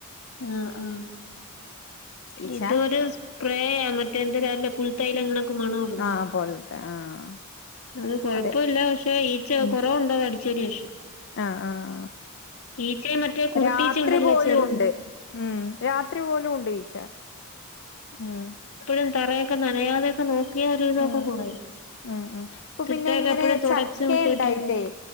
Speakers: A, on the left; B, on the left.
A: ആ ആ
B: ഈച്ച
A: ഇതൊരു സ്പ്രേ ആ മ എന്റെ കയ്യിലെ പുൽത്തയ്ലങ്ങളും മണംഒള്ള
B: ആഹ് പോലത്തെ ആഹ്
A: അത് കൊഴപ്പ
B: അതെ
A: ഇല്ല പക്ഷെ ഈച്ച
B: ഉം
A: കൊറവ്ണ്ടോ അടി ശരി യേശു
B: ആഹ് ആഹ്
A: ഈച്ചയും മറ്റേ കുരുട്ടീച്ച
B: ആ രാത്രി
A: ഉണ്ടല്ലോ
B: പോലും
A: ചെറുത്
B: ഉണ്ട് ഉം രാത്രി പോലും ഉണ്ട് ഈച്ച ഉം
A: ഉം തറയൊക്കെ നനയാതെക്ക നോക്ക നോക്ക്യാ ഒരു വിതൊക്കെ
B: ഉം
A: കുറയും
B: ഉം ഉം ഇപ്പൊ
A: തിട്ടൊക്കെ
B: പിന്നെ ഇങ്ങനെ
A: എപ്പഴും തൊടച്ച്
B: ചക്ക
A: വൃത്തിയായിട്ട്
B: ഉണ്ടായിട്ടേ
A: ഇര്ന്ന്